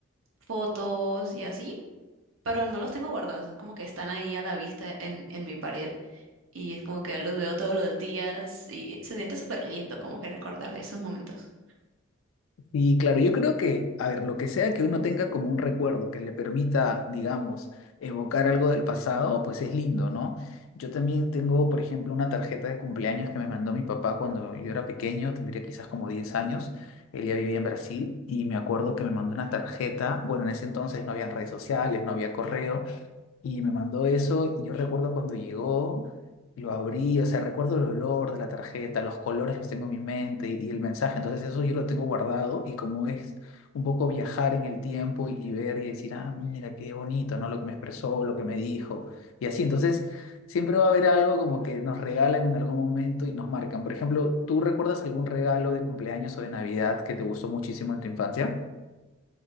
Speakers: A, on the right; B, on the left.
A: fotos y así, pero no los tengo guardados. Es como que están ahí a la vista en, en mi pared y es como que los veo todos los días y se siente súper lindo como que recordar esos momentos.
B: Y claro, yo creo que, a ver, lo que sea que uno tenga como un recuerdo que le permita, digamos, evocar algo del pasado, pues es lindo, ¿no? Yo también tengo, por ejemplo, una tarjeta de cumpleaños que me mandó mi papá cuando yo era pequeño, tendría quizás como diez años, él ya vivía en Brasil y me acuerdo que me mandó una tarjeta, bueno, en ese entonces no habían redes sociales, no había correo, y me mandó eso y yo recuerdo cuando llegó, lo abrí, o sea, recuerdo el olor de la tarjeta, los colores los tengo en mi mente y, y el mensaje, entonces eso yo lo tengo guardado y como es un poco viajar en el tiempo y, y ver y decir, ah, mira, qué bonito, ¿no? Lo que me expresó, lo que me dijo y así, entonces siempre va a haber algo como que nos regalan en algún momento y nos marcan. Por ejemplo, ¿tú recuerdas algún regalo de cumpleaños o de Navidad que te gustó muchísimo en tu infancia?